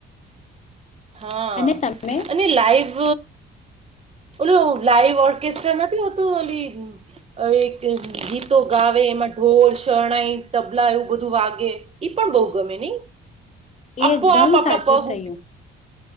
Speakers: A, on the right; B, on the left.
A: હા
B: અને તમે
A: અને લાઈવ ઓલું લાઈવ ઓર્કેસ્ટ્રા નથી હોતું ઓલી અ એક ગીતો ગાવે એમાં ઢોલ શરણાઈ, તબલા એવું બધું વાગે. ઈ પણ બો ગમે નય
B: એ
A: આપોઆપ
B: એકદમ
A: આપણા
B: સાચું
A: પગ
B: થયું
A: ઊઠી